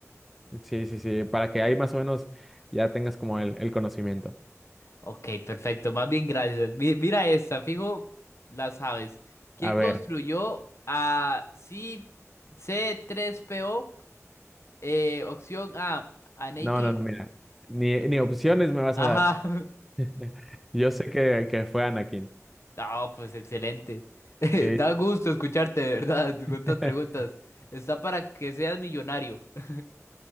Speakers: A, in the centre; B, on the left (about 55°).
A: Sí, sí, sí, para que ahí más o menos ya tengas como el, el conocimiento.
B: Ok, perfecto. Más bien, gracias. Mi- mira esta, fijo, la sabes. ¿Quién
A: A ver,
B: construyó a C- C3PO? Eh, opción A, Anakin.
A: no, no, no, mira, ni, ni opciones me vas
B: Ajá.
A: a dar.
B: <laughs>
A: <laughs> Yo sé que, que fue Anakin.
B: Ah, pues excelente. <laughs>
A: Sí,
B: Da gusto escucharte, de verdad, con
A: <laughs>
B: estas preguntas. Está para que seas millonario. <laughs>